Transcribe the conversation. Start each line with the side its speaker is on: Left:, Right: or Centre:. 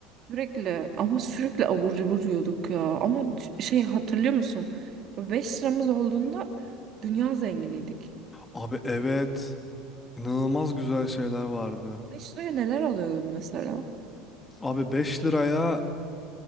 Right: sürekli ama sürekli abur cubur yiyorduk ya. Ama c- şey hatırlıyor musun? beş liramız olduğunda dünya zenginiydik.
Left: Abi evet. İnanılmaz güzel şeyler vardı.
Right: beş liraya neler alıyordum mesela?
Left: Abi 5 liraya